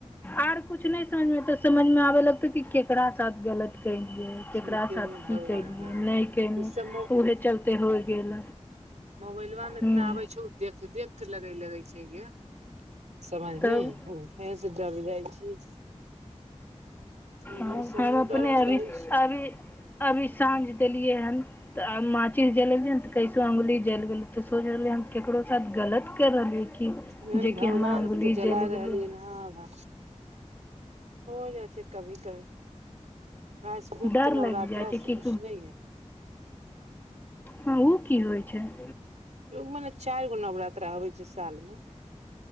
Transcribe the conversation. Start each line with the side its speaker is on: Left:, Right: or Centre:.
Left: आर कुछ नहि समझमे तऽ समझमे आबै लगतै कि केकरा साथ गलत केलियै केकरा
Right: की केलौ
Left: साथ की
Right: भगवान
Left: केलियै
Right: हँ
Left: नहि केलिय
Right: ई सब
Left: उहे चलते होइ गेल
Right: मोबाइलबा मे
Left: हूँ
Right: एतना आबे छै ओ देख देख के लगे लगे छै हे गे समझनी
Left: तब
Right: उहे से डल जाइ छी उहे
Left: हम
Right: से हमहुँ
Left: अपने
Right: डरल
Left: अभी
Right: रहै छी
Left: अभी अभी साँझ देलियै हे त माचि जलेलियै तऽ कैसो अंगुली जल गेलै तऽ सोच रहलियै हम केकरो साथ गलत कै रहलियै कि
Right: मेन
Left: जेकि
Right: भगवानके
Left: हमर अंगुली
Right: तऽ जलाय
Left: जलि गेलै
Right: रहलियै हँ भाय हो जाइ छै कभी कभी रास गुप्त
Left: डर
Right: नवरात्रा
Left: लागि जाइ
Right: शुरू
Left: छै
Right: नै
Left: हँ ओ की होइ छै <inaudible>
Right: उमने चारि गो नवरात्रा होबे छै साल मे